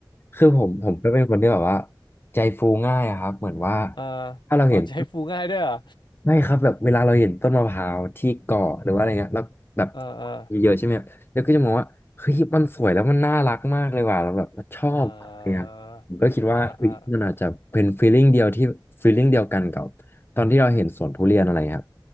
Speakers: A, on the left; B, on the left.
A: คือผมผมก็เป็นคนที่แบบว่าใจฟูง่ายอะครับเหมือนว่า
B: เออ
A: ถ้าเราเห็น
B: อ๋อใจฟูง่ายด้วยเหรอ
A: ไม่ครับแบบเวลาเราเห็นต้นมะพร้าวที่เกาะหรือว่าอะไรเงี้ยแล้วแบบ
B: เออเออ
A: เยอะๆใช่ไหมแล้วก็จะมองว่าเฮ้ยมันสวยแล้วมันน่ารักมากเลยว่ะเราแบบเราชอบอะไรเงี้ยผมก็คิดว่าเฮ้ยมันอาจจะเป็นฟีลลิ่งเดียวที่ฟีลลิ่งเดียวกันกับตอนที่เราเห็นสวนทุเรียนอะไรครับ
B: เออเออเออ